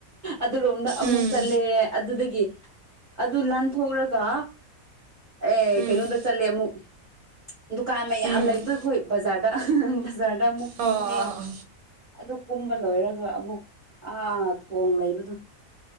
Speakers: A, on the right; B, on the right.
A: ꯑꯗꯨꯔꯣꯝꯗ ꯑꯃꯨꯛ
B: ꯎꯝ
A: ꯆꯠꯂꯦ ꯑꯗꯨꯗꯒꯤ ꯑꯗꯨ ꯂꯥꯟꯊꯣꯛꯂꯒ ꯑꯦ
B: ꯎꯝ
A: ꯀꯩꯅꯣꯝꯗ ꯆꯠꯂꯦ ꯑꯃꯨꯛ ꯗꯨꯀꯥꯟ ꯃꯌꯥꯝ
B: ꯎꯝ
A: ꯂꯩꯕꯗꯣ ꯑꯩꯈꯣꯏ ꯕꯖꯥꯔꯗꯕ ꯑꯃꯨꯛ
B: ꯑꯣ
A: ꯀꯨꯝꯃꯦ
B: ꯑꯣ ꯑꯣ
A: ꯑꯗꯨ ꯀꯨꯝꯕ ꯂꯣꯏꯔꯒ ꯑꯃꯨꯛ ꯑꯥ ꯊꯣꯡ ꯂꯩꯕꯗꯣ